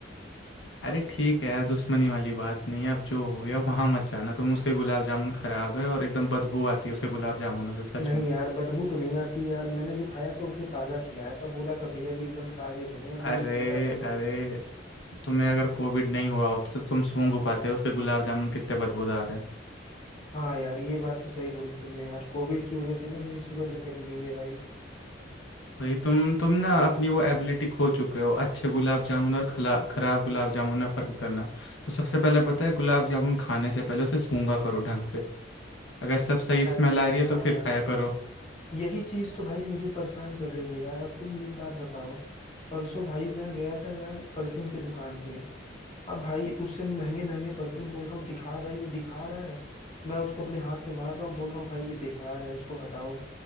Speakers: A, on the left; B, on the left.
A: अरे ठीक है यार दुश्मनी वाली बात नहीं है अब जो हो गया वहां मत जाना तुम उसके गुलाब जामुन खराब है और एकदम बदबू आती है उसके गुलाब जामुनों से सच
B: नहीं
A: में
B: यार बदबू तो नहीं आती यार मैंने जो खाया था उसने ताजा खिलाया था बोला था भैया जी एकदम ताजे बने अभी
A: अरे
B: एक घंटा पहले
A: अरे तुम्हें अगर कोविड नहीं हुआ होता तो तुम सूंघ पाते उसके गुलाब जामुन कितने बदबूदार हैं
B: हाँ यार ये बात तो सही बोली तुमने यार कोविड की वजह से ना मेरी सुगंध चली गई है भाई
A: भाई तुम तुम ना अपनी वो एबिलिटी खो चुके हो अच्छे गुलाब जामुन और खला खराब गुलाब जामुन में फर्क करना तो सबसे पहले पता है गुलाब जामुन खाने से पहले उसे सूंघा करो ढंग से अगर सब सही स्मेल
B: अरे
A: आ रही
B: यार
A: है तो फिर खाया करो
B: यही चीज तो भाई मुझे परेशान कर रही है यार अब तुम एक बात बताओ परसों भाई मैं गया था यार परफ्यूम की दुकान पे अब भाई उससे महंगे महंगे परफ्यूम बोल रहा हूँ दिखा भाई वो दिखा रहा है मैं उसको अपने हाथ में मार रहा हूँ बोल रहा हूँ भाई ये बेकार है इसको हटाओ